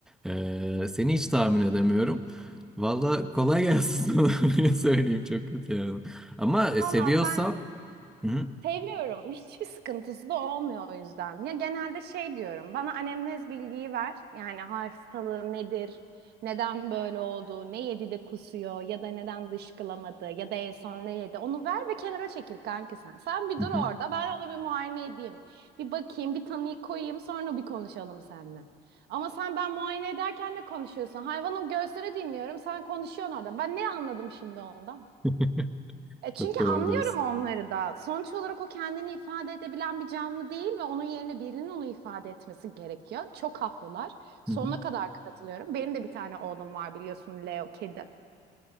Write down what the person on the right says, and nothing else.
Valla
ben
Seviyorum. <laughs> Hiçbir sıkıntısı da olmuyor o yüzden. Ya genelde şey diyorum. Bana anemnez bilgiyi ver. Yani hastalığı nedir? Neden böyle oldu? Ne yedi de kusuyor? Ya da neden dışkılamadı? Ya da en son ne yedi? Onu ver ve kenara çekil kanki sen. Sen bir
dur
orada. Ben ona bir muayene edeyim. Bir bakayım, bir tanıyı koyayım. Sonra bir konuşalım seninle. Ama sen ben muayene ederken ne konuşuyorsun? Hayvanın göğsünü dinliyorum. Sen konuşuyorsun orada. Ben ne anladım şimdi ondan?
E çünkü
anlıyorum
onları da. Sonuç olarak o kendini ifade edebilen bir canlı değil ve onun yerine birinin onu ifade etmesi gerekiyor. Çok haklılar. Sonuna
kadar katılıyorum. Benim de bir tane oğlum var biliyorsun Leo kedim.